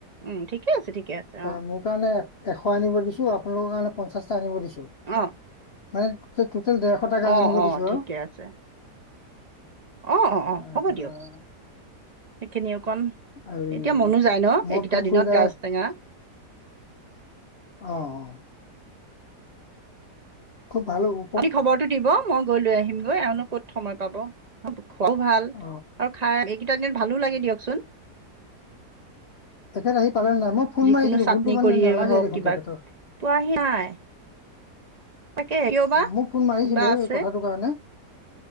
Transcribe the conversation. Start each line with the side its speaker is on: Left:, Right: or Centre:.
Right: উম ঠিকে আছে ঠিকে আছে
Left: এ
Right: অঁ'।
Left: মোৰ কাৰণে এশ আনিব দিছো, আপোনালোকৰ কাৰণে পঞ্চাশটা আনিব দিছো।
Right: অ
Left: মানে টোটেল ডেৰশ তা গাজ
Right: অঁ
Left: আনিব
Right: অঁ
Left: দিছো আৰু
Right: ঠিকে আছে। অ
Left: আহ,
Right: হ'ব দিয়ক সেইখিনি অকণ
Left: এই
Right: এতিয়া মনো যায় ন
Left: মই
Right: এই দুটা
Left: ফোন
Right: দিনত
Left: কৰিলে
Right: গাছ টেঙা।
Left: অহ অ খুব ভাল হ'ব।
Right: আপুনি খবৰটো দিব মোক গৈ লৈ আহিমগৈ আৰুনো ক'ত সময় পাব খোৱাও ভাল
Left: অ
Right: আৰু খাই <unintelligible> ভালো লাগে দিয়কচোন।
Left: তেখেত আহি পালে নাই মই ফোন
Right: যিকোনো
Left: মাৰিছিলো
Right: চাটনি
Left: ফোনটো মানে
Right: কৰিয়ে
Left: নালাগে
Right: হওক
Left: দেখোন
Right: কিবা
Left: তেখেতৰ।
Right: পোৱাহি নাই। তাকে
Left: অ
Right: বা
Left: মোক ফোন মাৰিছিলো
Right: কিবা আছে
Left: এই কথাটোৰ কাৰণে।